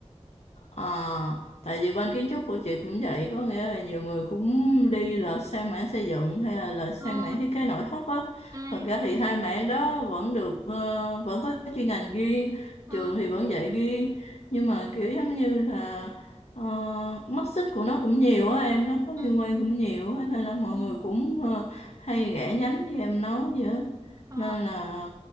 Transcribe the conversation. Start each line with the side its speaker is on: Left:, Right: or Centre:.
Left: À, tại vì bên kiến trúc của chị cũng vậy, có nghĩa là nhiều người cũng đi là sang mảng xây dựng hay là, là sang
Right: <laughs> ờ
Left: mảng thiết kế nội thất á.
Right: à
Left: Thật ra thì hai mảng đó vẫn được, ờ, vẫn có chuyên ngành riêng,
Right: ờ
Left: trường thì vẫn dạy riêng, nhưng mà kiểu giống như là uh, mắt xích của nó cũng nhiều á em, nó có liên
Right: ừ
Left: quan cũng nhiều á, nên là mọi
Right: ừ
Left: người cũng ờ, hay rẽ nhánh như em nói vậy á.
Right: ờ
Left: Nên là